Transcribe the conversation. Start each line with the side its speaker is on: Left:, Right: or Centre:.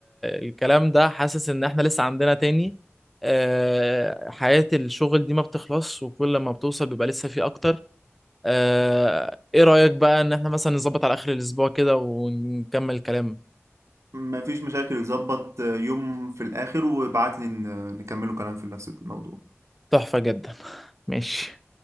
Centre: الكلام ده حاسس ان احنا لسه عندنا تاني آه، حياه الشغل دي ما بتخلص وكل ما بتوصل بيبقى لسه في اكتر آه، ايه رأيك بقى ان احنا مثلا نظبط على اخر الاسبوع كده ونكمل كلام
Right: مفيش مشاكل ظبط يوم في الاخر وابعت لي نكملوا كلام في نفس الموضوع
Centre: تحفة جدا ماشي